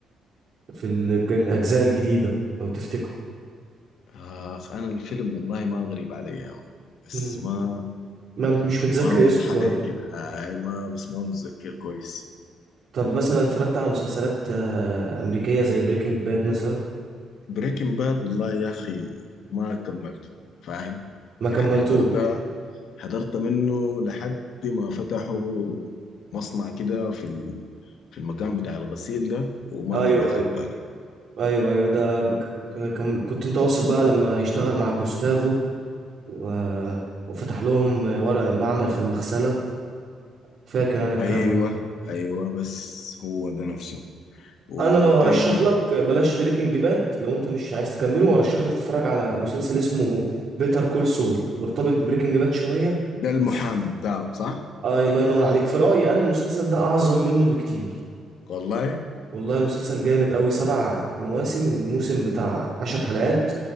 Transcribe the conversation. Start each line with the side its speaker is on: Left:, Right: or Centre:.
Right: في الج- الاجزاء الجديدة لو تفتكروا
Left: اخ انا الفيلم والله ما غريب علي يا عم. بس
Right: مم.
Left: ما
Right: ما مش متذكر
Left: ما واضحه
Right: اسمه برضه
Left: علي كده اي ما بس ما متذكر كويس
Right: طب مثلا اتفرجت على مسلسلات آه، أمريكية زي بريكنج باد مثلا
Left: بريكنج باد والله يا اخي ما كملته فاهم؟
Right: ما كملتوش
Left: يعني حضرت حضرت منه لحد ما فتحوا مصنع كده في ال... في المكان بتاع الغسيل ده وما
Right: ايوه
Left: كملت
Right: ايوه
Left: الباقي
Right: ايوه ايوه ده بك... كم... كنت انت واصل بقى لما يشتغل مع جوستافو و... وفتح لهم ورق معمل في المغسلة فاكر انا الكلام
Left: ايوه
Right: ده
Left: ايوه بس هو ده نفسه وتاني
Right: انا لو هرشح لك بلاش بريكنج باد لو انت مش عايز تكمله وارشح لك تتفرج على مسلسل اسمه بيتر كول سول مرتبط ببريكنج باد شوية
Left: ده المحامي
Right: بس
Left: بتاعهم صح
Right: آه الله ينور عليك في رأيي أنا المسلسل ده أعظم منه بكتير
Left: والله
Right: والله المسلسل جامد أوي سبع مواسم الموسم بتاع عشر حلقات